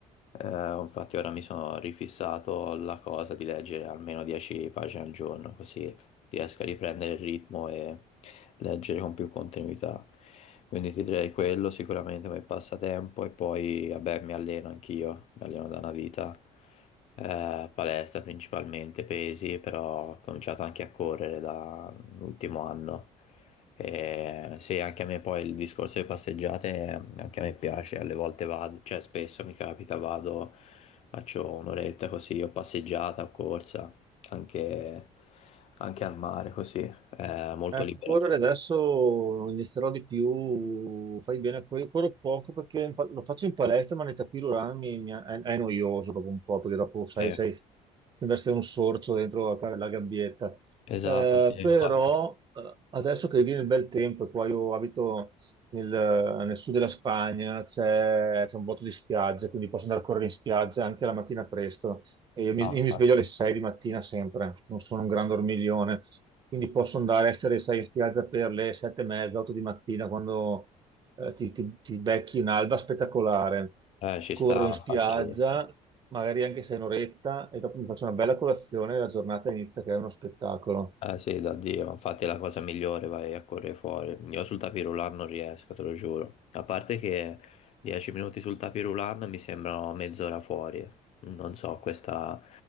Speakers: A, on the left; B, on the right.
A: Eh, infatti ora mi sono rifissato la cosa di leggere almeno 10 pagine al giorno, così riesco a riprendere il ritmo e leggere con più continuità. Quindi ti direi quello sicuramente come passatempo e poi vabbè mi alleno anch'io, mi alleno da una vita, eh, palestra principalmente, pesi, però ho cominciato anche a correre dall'ultimo anno. E sì, anche a me poi il discorso delle passeggiate, eh, anche a me piace, alle volte vado, cioè spesso mi capita, vado, faccio un'oretta così, o passeggiata, o corsa, anche, anche al mare così, è molto
B: Eh,
A: liberato.
B: correre adesso inizierò di più, fai bene, a correre. corro poco perché in pa- lo faccio in palestra, ma nei tapis roulant mi, mi- è, è noioso dopo un po', perché dopo sai,
A: Sì,
B: sai, ti investe un sorcio dentro la, la gabbietta.
A: esatto,
B: Eh,
A: sì, infatti,
B: però eh, adesso che viene il bel tempo, qua io abito nel, nel sud della Spagna, c'è c'è un botto di spiagge, quindi posso andare a correre in spiaggia anche la mattina presto. E io mi,
A: no,
B: io
A: infatti-
B: mi sveglio alle 6 di mattina sempre, non sono un gran dormiglione, quindi posso andare a essere, sai, in spiaggia per le 7 e mezza, 8 di mattina quando eh, ti, ti- ti becchi un'alba spettacolare.
A: eh, ci
B: Corro
A: stava,
B: in
A: infatti,
B: spiaggia, magari anche se è un'oretta, e dopo mi faccio una bella colazione e la giornata inizia che è uno spettacolo.
A: eh, sì, da Dio, ma infatti è la cosa migliore, vai a correre fuori. Io sul tapirulan non riesco, te lo giuro. A parte che 10 minuti sul tapirulan mi sembrano mezz'ora fuori, non so, questa,